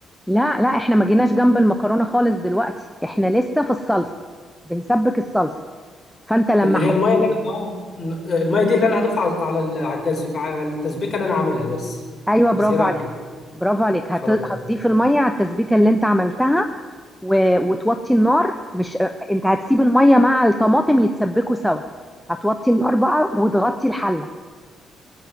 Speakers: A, in the centre; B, on the left (about 30°).
A: لا لا احنا ما جيناش جنب المكرونه خالص دلوقتي احنا لسه في الصلصه بنسبك الصلصه فانت لما
B: اللي هي
A: حطيت
B: الميه اللي انا اه ن- الميه دي اللي انا هضيفها على على ال- على التز- على التسبيكه اللي انا عاملها بس
A: ايوه
B: مش
A: برافو
B: زياده
A: عليك
B: عن كده
A: برافو عليك
B: خلاص
A: هت...
B: تمام
A: هتضيف الميه على التسبيكه اللي انت عملتها و... وتوطي النار مش انت هتسيب الميه مع الطماطم يتسبكوا سوا هتوطي النار بقى وتغطي الحله